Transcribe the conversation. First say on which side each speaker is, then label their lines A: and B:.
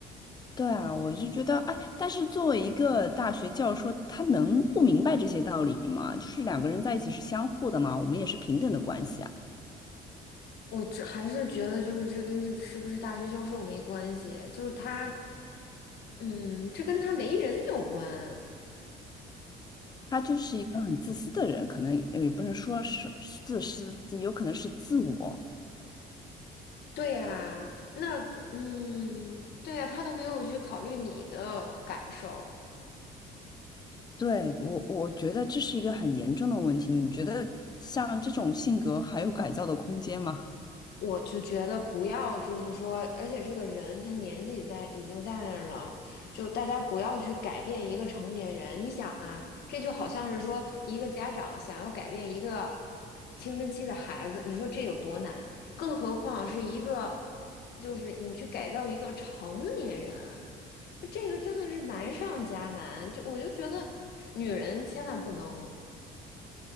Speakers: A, on the left (about 25°); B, on the left (about 70°).
A: 对啊，我就觉得哎，但是作为一个大学教授，他能不明白这些道理吗？就是两个人在一起是相互的嘛，我们也是平等的关系啊。
B: 我这还是觉得就是这跟是是不是大学教授没关系，就是他，嗯，这跟他为人有关。
A: 他就是一个很自私的人，可能呃也不能说是是自私，有可能是自我。
B: 对呀，那嗯，对呀，他都没有去考虑你的感受。
A: 对，我我觉得这是一个很严重的问题。你觉得像这种性格还有改造的空间吗？
B: 我就觉得不要，就是说，而且这个人他年纪在已经在那儿了，就大家不要去改变一个成年人。你想啊，这就好像是说一个家长想要改变一个青春期的孩子，你说这有多难？更何况是一个，就是你去改造一个成年人，这个真的是难上加难。就我就觉得，女人千万不能。